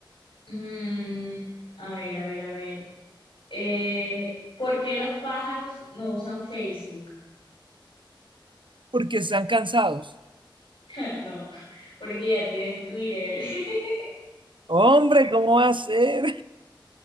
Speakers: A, on the left (about 75°); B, on the right (about 70°).
A: Mm, a ver, a ver, a ver. Eh, ¿por qué los pájaros no usan Facebook?
B: porque están cansados.
A: <laughs> No, porque ya tienen Twitter. <laughs>
B: Hombre, ¿cómo va a ser?